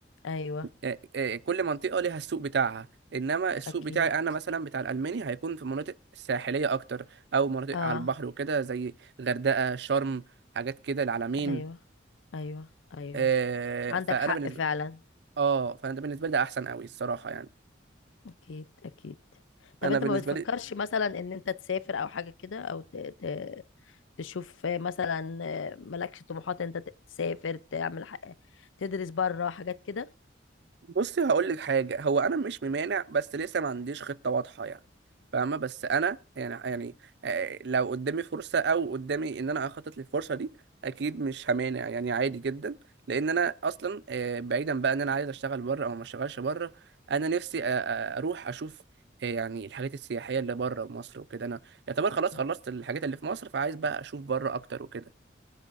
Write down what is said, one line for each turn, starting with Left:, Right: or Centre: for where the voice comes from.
Left: ايوه
Right: آه، آه، كل منطقة ليها السوق بتاعها إنما السوق
Left: اكيد
Right: بتاعي أنا مثلا بتاع الألماني هيكون في مناطق ساحلية أكتر أو مناطق
Left: اه
Right: على البحر وكده زي غردقة شرم حاجات كده العلمين
Left: ايوه ايوه ايوه
Right: آه،
Left: عندك
Right: فأنا
Left: حق
Right: بالنسبة
Left: فعلا
Right: آه فأنا ده بالنسبة لي ده أحسن أوي الصراحة يعني
Left: اكيد اكيد طب
Right: أنا
Left: انت
Right: بالنسبة
Left: ما بتفكرش
Right: لي
Left: مثلا ان انت تسافر او حاجة كده او ت... ت... تشوف مثلا مالكش طموحات انت ت- تسافر تعمل ح... تدرس بره حاجات كده
Right: بصي هقول لك حاجه هو انا مش ممانع بس لسه ما عنديش خطه واضحه يعني فاهمه بس انا يعني يعني آه، لو قدامي فرصه او قدامي ان انا اخطط للفرصه دي اكيد مش همانع يعني عادي جدا لان انا اصلا آه، بعيدا بقى ان انا عايز اشتغل بره او ما اشتغلش بره انا نفسي آ- آ- اروح اشوف آه، يعني الحاجات السياحيه اللي بره مصر وكده انا يعتبر خلاص
Left: مم.
Right: خلصت الحاجات اللي في مصر فعايز بقى اشوف بره اكتر وكده